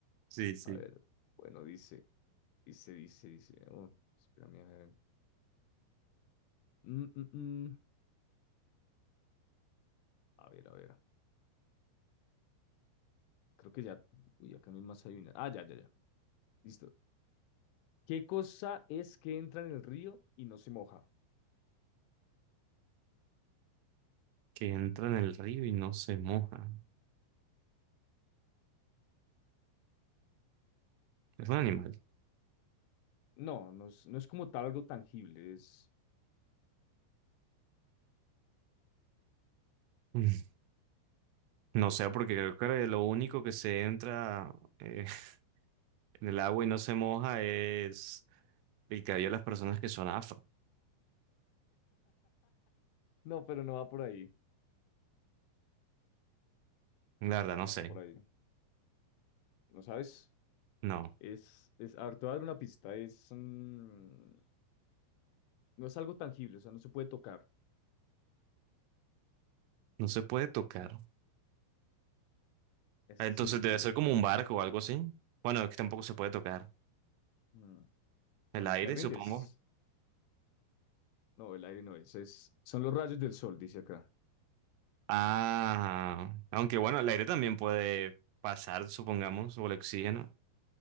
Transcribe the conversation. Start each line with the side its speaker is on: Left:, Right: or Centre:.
Right: Sí, sí.
Left: A ver, bueno, dice, dice, dice, dice, oh, espérame, a ver. Mm, mm, mm. A ver, a ver, creo que ya, uy, acá mismo hay una. Ah, ya, ya, ya, listo. ¿Qué cosa es que entra en el río y no se moja?
Right: que entra en el río y no se moja. Es un animal.
Left: No, no es, no es como tal algo tangible, es...
Right: <laughs> No sé, porque creo que lo único que se entra eh, <laughs> en el agua y no se moja es el cabello de las personas que son afro.
Left: No, pero no va por ahí.
Right: La verdad,
Left: Ah,
Right: no
Left: no
Right: sé.
Left: va por ahí. ¿No sabes?
Right: No,
Left: Es, es, a ver, te voy a dar una pista. Es, mm, no es algo tangible, o sea, no se puede tocar.
Right: no se puede tocar.
Left: Es,
Right: Ah,
Left: sí,
Right: Entonces debe
Left: sí.
Right: ser como un barco o algo así. Bueno, es que tampoco se puede tocar.
Left: Mm.
Right: El
Left: No, no
Right: aire,
Left: te rindes.
Right: supongo.
Left: No, el aire no es, es. Son los rayos del sol, dice acá.
Right: Ah, aunque bueno, el aire también puede pasar, supongamos, o el oxígeno.